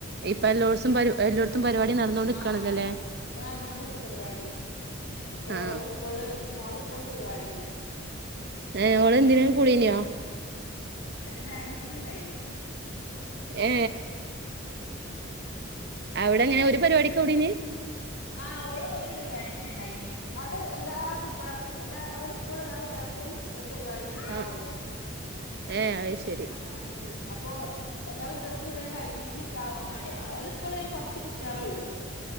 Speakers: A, on the right; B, on the left.
A: ഇപ്പ എല്ലോടസും പ എല്ലോടത്തും പരിപാടി നടന്നോണ്ട്ക്കാണല്ലോല്ലേ
B: ആ ആ ഇപ്പ നടന്നോണ്ടിക്ക പരിവാടി അപ്പൊ
A: ആ
B: ഓള് സ്കൂള് മോള് സ് ക്കൊന്ന് പരിവാടിന്നും
A: ഏ ഓള് എന്തിനേ കുടീഞ്ഞൊ
B: ഡാൻസിന് ണ്ടായിന്
A: ഏ അവിടെ അങ്ങനെ ഒരു പരിപാടിക്ക കൂടിന്
B: ആ ഓള് ഒരു പരിപാടിക്ക ണ്ടായിഞ്ഞെ ആവ്ട് എല്ലാ കുട്ടിക എല്ലാ അവ സ്കൂള എല്ലാ കുട്ടികൾക്കും ഒരു പരി പാടിച്ച ഉണ്ടാവുള്ളൂ
A: ആ ഏ അത് ശരി
B: അങ്ങനെ ഉം അ പ്പൊ എല്ലാ വീട്ടികൾക്കും വെ കഴിഞ്ഞിഞ്ഞു താകാൻ മാണ്ടി അ ഓല് സ്കൂളെൻ കൊർച്ച് കുട്ട്യേ ളോള്ളു